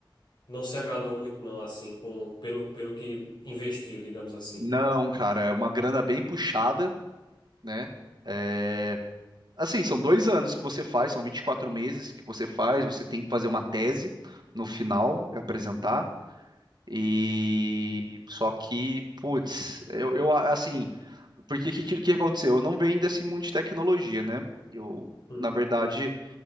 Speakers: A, on the left; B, on the right.
A: não se agradou muito não, assim, com pelo, pelo que investiu, digamos assim.
B: Não, cara, é uma grana bem puxada, né? É, Assim, são dois anos que você faz, são 24 meses que você faz, você tem que fazer uma tese no final, é apresentar. E só que, putz, eu, eu, assim, porque o que, que que aconteceu? Eu não venho desse mundo de tecnologia, né? Eu,
A: Hum,
B: na verdade,